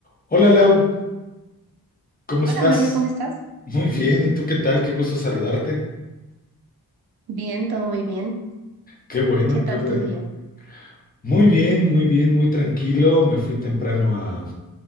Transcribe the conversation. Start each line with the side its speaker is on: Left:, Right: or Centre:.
Left: Hola Lau, ¿cómo estás?
Right: Hola Mario, ¿cómo estás?
Left: Muy bien, ¿y tú qué tal? Qué gusto saludarte.
Right: Bien, todo muy bien.
Left: Qué bueno,
Right: ¿Qué tal
Left: qué bueno.
Right: tu día?
Left: Muy bien, muy bien, muy tranquilo. Me fui temprano a,